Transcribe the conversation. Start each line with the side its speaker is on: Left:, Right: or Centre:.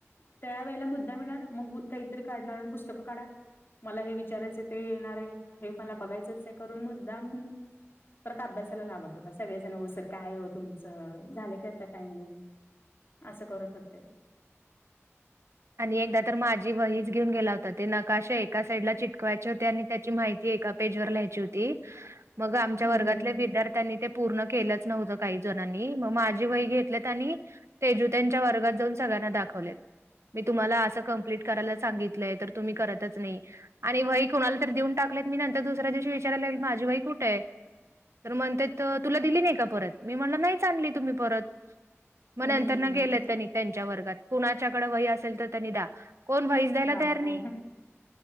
Left: त्या वेळेला मुद्दा मिळणार मग काहीतरी काढणार पुस्तकं काढा. मला हे विचारायचं ते येणार आहे हे मला बघायचंच आहे करून मुद्दाम परत अभ्यासाला लाभत होता सगळेजण ओ सर काय हो तुमचं झालं काय आता टाइमिंग. असं करत होते.
Right: आणि एकदा तर माझी वहीच घेऊन गेला होता त्यानं नकाशा एका साईडला च शिकवायचे होते आणि त्याची माहिती एका पेज वर लिहायची होती. मग आमच्या
Left: हम्म
Right: वर्गातल्या
Left: हम्म
Right: विद्यार्थ्यांनी ते पूर्ण केलंच नव्हतं काही जणांनी मग माझी वही घेतलेत आणि तेजु त्यांच्या वर्गात जाऊन सगळ्यांना दाखवलेत. मी तुम्हाला असं कंप्लीट करायला सांगितलंय तर तुम्ही करतच नाही. आणि वई कोणाला तरी देऊन टाकलेत, मी नंतर दुसऱ्यावशी विचारयला ला की माझी वई कुठे आहे? तर म्हणताेत तुला दिली नाही का परत मी म्हणला नाही स आणली तुम्ही परत. मग
Left: हम्म
Right: नंतर ना गेलं त्यांनी त्यांच्या वर्गात कुणा कड वही असेल त्यांनी दया कोण व
Left: बापरे
Right: तयार नाही